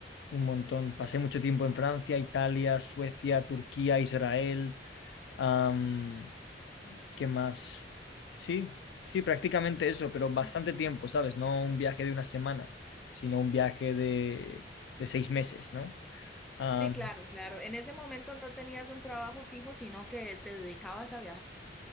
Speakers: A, on the left (about 75°); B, in the centre.
A: un montón. Pasé mucho tiempo en Francia, Italia, Suecia, Turquía, Israel. Am, ¿Qué más? Sí, sí, prácticamente eso,
B: Mm.
A: pero bastante tiempo, ¿sabes? No un viaje de una semana, sino un viaje de, de seis meses, ¿no? Ah,
B: Sí, claro, claro. En ese momento no tenías un trabajo fijo, sino que te dedicabas a viajar